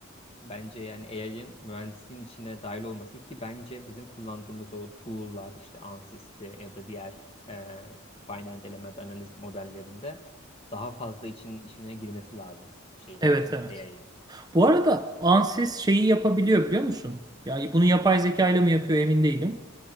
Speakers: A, on the left (about 30°); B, on the right (about 20°).
A: bence yani AI'ın mühendisliğin içine dahil olması ki bence bizim kullandığımız o tool'lar işte Ansys'te ya da diğer e, finite element analiz modellerinde daha fazla için işine girmesi lazım şeyin
B: Evet, evet.
A: AI'ın.
B: Bu arada Ansys şeyi yapabiliyor biliyor musun? Ya bunu yapay zeka ile mi yapıyor emin değilim.